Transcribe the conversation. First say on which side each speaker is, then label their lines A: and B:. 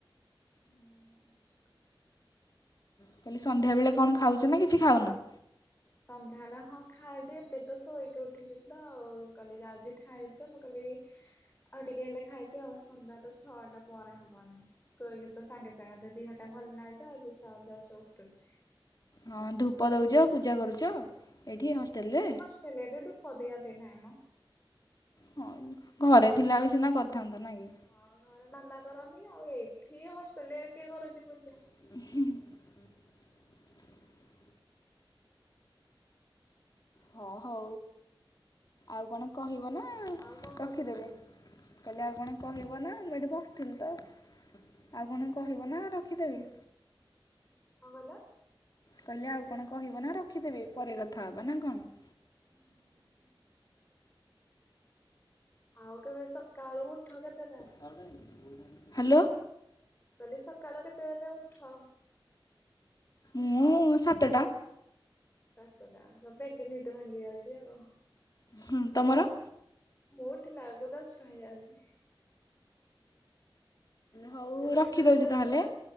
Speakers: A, on the left (about 25°); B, on the left (about 45°).
A: ହୁଁ।
B: ମୁ କଇଲି ସଂନ୍ଧ୍ୟା ବେଳେ କଣ ଖାଉଚୁ ନା କିଛି ଖାଉନୁ?
A: ସଂନ୍ଧ୍ୟା ହେଲା ହଁ ଖାଏ ଯେ ଏବେ ତ ଶୋଇକି ଉଠିଲି ତ। ଆଉ କହିଲି ଯାଉଚି ଖାଇବି ତ ମୁଁ କହିଲି। ଆଉ ଟିକେ ହେଲେ ଖାଇବି ‌ଆଉ ସଂନ୍ଧ୍ୟା ତ ଛଅ ଟା ପରେ ହବ ନାଇଁ। ଶୋଇକି ତ ସାଙ୍ଗେ ସାଙ୍ଗେ ତ ଦିହଟା ଭଲ ନାହିଁ ତ, ଏବେ ସ ଜଷ୍ଟ୍ ଉଠୁଚି।
B: ହଁ ଧୂପ ଦଉଚ, ପୂଜା କରୁଚ, ଏଇଠି ହଷ୍ଟେଲରେ?
A: ହେଲେ ଏବେ ଧୂପ ଦିଆଦିଇ ନାହିଁ ମ।
B: ହଁ ଘରେ ଥିଲାବେଳେ ସିନା କରିଥାନ୍ତ ନାଇଁ।
A: ହଁ ଘରେ ମାମା କରନ୍ତି, ଆଉ ଏଇଠି ହଷ୍ଟେଲ ରେ କିଏ କରୁଚି ପୂଜା।
B: <unintelligible> ହଁ ହଉ ଆଉ କଣ କହିବ ନା
A: ଆଉ କଣ
B: ରଖିଦେବେ।
A: କରୁଛୁ
B: କଇଲେ ଆଉ କଣ କହିବ ନା ମୁଁ ଏଇଠି ବସିଥିଲି ତ ଆଉ ହୁଁ ଆଉ କଣ କ କହିବ ନା ରଖିଦେବି।
A: କଣ କହିଲ?
B: କହିଲି ଆଉ କଣ କହିବ ନା ରଖିଦେବି ପରେ କଥା ହବା ନା କଣ।
A: <unintelligible> ଆଉ କେବେ ସକାଳୁ ଉଠ କେତେଟାରେ?
B: <unintelligible> ହାଲୋ।
A: ମୁଁ କଇଲି ସକାଳୁ କେତେବେଲେ ଉଠ?
B: ମୁଁ ସାତଟା।
A: ସାତଟା ତୋ ବେଗେ ନଦ ଭାଙ୍ଗି ଯାଉଚି ଆଉ।
B: ହୁଁ ତମର?
A: ମୁଁ ଉଠିଲା କୁ ଦଶଟା ହେଇଯାଉଚି।
B: ହଉ
A: ତେବେ
B: ରଖିଦଉଚି
A: କେତେବେଳେ
B: ତାହେଲେ,
A: ଶୁଅ କି?